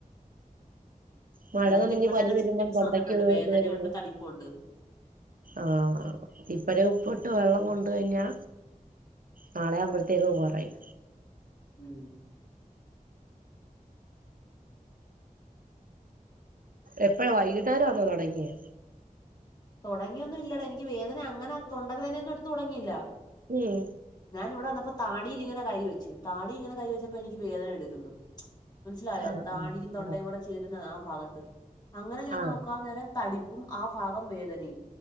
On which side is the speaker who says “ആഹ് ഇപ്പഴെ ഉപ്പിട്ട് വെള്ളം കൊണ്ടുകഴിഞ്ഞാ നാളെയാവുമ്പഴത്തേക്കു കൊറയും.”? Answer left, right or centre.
Right